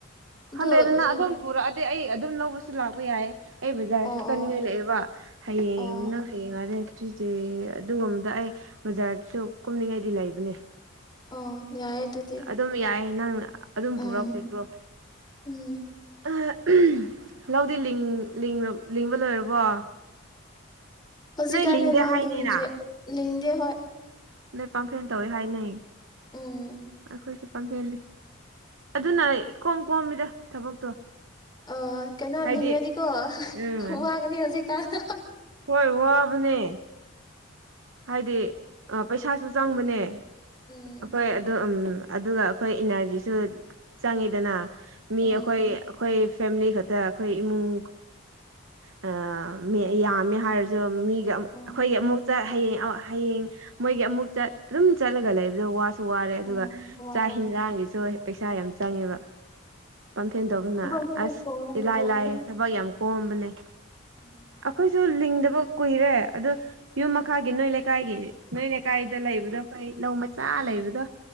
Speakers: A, on the left; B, on the right.
A: ꯑꯗꯨ
B: ꯍꯟꯗꯦ ꯑꯗꯨꯅ
A: ꯎꯝ,
B: ꯑꯗꯨꯝ ꯄꯨꯔꯛꯑꯗꯤ ꯑꯩ ꯑꯗꯨꯝ ꯂꯧꯕꯁꯨ ꯂꯥꯛꯄ ꯌꯥꯏꯌꯦ ꯑꯩ ꯕꯖꯥꯔꯁꯨ
A: ꯑꯣ
B: ꯆꯠꯅꯤꯡꯉꯥꯏ
A: ꯑꯣ
B: ꯂꯩꯑꯦꯕ꯫ ꯍꯌꯦꯡ
A: ꯑꯣ
B: ꯅꯪ ꯍꯌꯦꯡꯉꯔꯦ ꯇꯨꯏꯁ꯭ꯗꯦ ꯑꯗꯨꯒꯨꯝꯕꯗ ꯑꯩ ꯕꯖꯥꯔꯁꯨ ꯀꯨꯝꯅꯤꯡꯉꯥꯏꯗꯤ ꯂꯩꯥꯕꯅꯦ
A: ꯑꯣ ꯌꯥꯏ ꯑꯗꯨꯗꯤ꯫
B: ꯑꯗꯨꯝ ꯌꯥꯏꯌꯦ ꯅꯪꯅ ꯑꯗꯨꯝ
A: ꯎꯝ
B: ꯄꯨꯔꯛꯄꯤꯈ꯭ꯔꯣ
A: ꯎꯝ
B: <unintelligible> ꯂꯧꯗꯤ ꯂꯤꯡ ꯂꯤꯡꯔꯝ ꯂꯤꯡꯕ ꯂꯣꯏꯔꯕꯣ
A: ꯍꯧꯖꯤꯛꯀꯥꯟꯗꯤ
B: ꯅꯣꯏ ꯂꯤꯡꯗꯦ
A: ꯂꯧ
B: ꯍꯥꯏꯅꯤꯅ
A: ꯂꯤꯡꯗ꯭ꯔꯦ ꯂꯤꯡꯗꯦ ꯍꯣꯏ꯫
B: ꯅꯣꯏ ꯄꯥꯝꯐꯦꯟ ꯇꯧꯋꯦ ꯍꯥꯏꯅꯩ꯫
A: ꯎꯝ
B: ꯑꯩꯈꯣꯏꯁꯨ ꯄꯥꯝꯐꯦꯟ ꯑꯗꯨꯅ ꯏꯀꯣꯝ ꯀꯣꯝꯃꯤꯗ ꯊꯕꯛꯇꯣ꯫
A: ꯑ ꯀꯩꯅꯣ
B: ꯍꯥꯏꯗꯤ
A: ꯂꯤꯡꯔꯗꯤ ꯀꯣ <unintelligible>
B: ꯎꯝ
A: ꯋꯥꯒꯅꯤ ꯍꯧꯖꯤꯛ ꯀꯥꯟ <unintelligible>
B: ꯍꯣꯏ ꯋꯥꯕꯅꯦ꯫ ꯍꯥꯏꯗꯤ ꯑ ꯄꯩꯁꯥꯁꯨ ꯆꯪꯕꯅꯦ
A: ꯎꯝ
B: ꯑꯩꯈꯣꯏ ꯑꯗꯨ ꯎꯝ ꯑꯗꯨꯒ ꯑꯩꯈꯣꯏ ꯏꯅꯔꯖꯤꯁꯨ ꯆꯪꯉꯤꯗꯅ ꯃꯤ
A: ꯎꯝ
B: ꯑꯩꯈꯣꯏ ꯑꯩꯈꯣꯏ ꯐꯦꯃꯤꯂꯤ ꯈꯛꯇ ꯇ ꯑꯩꯈꯣꯏ ꯏꯃꯨꯡ ꯑ ꯃꯦ ꯌꯥꯝꯃꯦ ꯍꯥꯏꯔꯁꯨ ꯃꯤꯒ ꯑꯝ
A: ꯎꯝ
B: ꯑꯩꯈꯣꯏꯒꯤ ꯑꯃꯨꯛꯇ ꯍꯌꯦꯡ ꯑꯃ ꯍꯌꯦꯡ ꯃꯣꯏꯒꯤ ꯑꯃꯨꯛ ꯆꯠ ꯑꯗꯨꯝ ꯆꯠꯂꯒ ꯂꯩꯕꯗꯣ ꯋꯥꯁ ꯁꯨ ꯋꯥꯔꯦ ꯑꯗꯨꯒ
A: ꯎꯝ ꯋꯥꯏꯌꯦ
B: ꯆꯥꯛ ꯍꯦꯟꯖꯥꯡꯒꯤꯁꯨ ꯄꯩꯁꯥ ꯌꯥꯝ ꯆꯪꯉꯦꯕ꯫ ꯄꯝꯐꯦꯟ ꯇꯧꯕꯅ
A: ꯃꯐꯝ ꯊꯦꯡꯅ
B: ꯑꯁ
A: ꯀꯣꯡꯉ
B: ꯏꯂꯥꯏ
A: ꯀꯣꯡꯈ꯭ꯔꯦ
B: ꯂꯥꯏꯌꯦ ꯊꯕꯛ ꯌꯥꯝ ꯀꯣꯝꯕꯅꯦ꯫
A: ꯎꯝ
B: ꯑꯈꯣꯏꯁꯨ ꯂꯤꯡꯗꯕ ꯀꯨꯏꯔꯦ ꯑꯗꯨ ꯌꯨꯝ ꯃꯈꯥꯒꯤ ꯅꯣꯏ ꯂꯩꯀꯥꯏꯒꯤ ꯅꯣꯏ ꯂꯩꯀꯥꯏꯗ ꯂꯩꯕꯗꯣ ꯀꯩ ꯂꯧ ꯃꯆꯥ ꯂꯩꯕꯗꯣ꯫